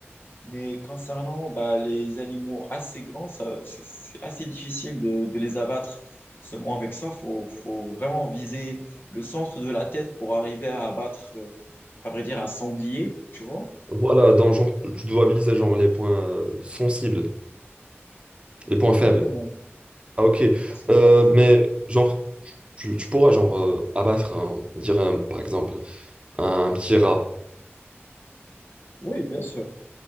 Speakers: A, on the left; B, on the right.
A: Mais concernant bah, les animaux assez grands, ça, c'est c'est assez difficile de, de les abattre seulement avec ça. faut, faut vraiment viser le centre de la tête pour arriver à abattre, euh, à vrai dire, un sanglier, tu vois?
B: Voilà, dans genre, tu dois viser genre les points euh, sensibles, les points
A: Exactement.
B: faibles. Ah ok,
A: Parce que,
B: Euh,
A: en fait,
B: mais genre, tu, tu pourras genre euh, abattre un, on dirait un- par exemple, un petit rat.
A: oui, bien sûr.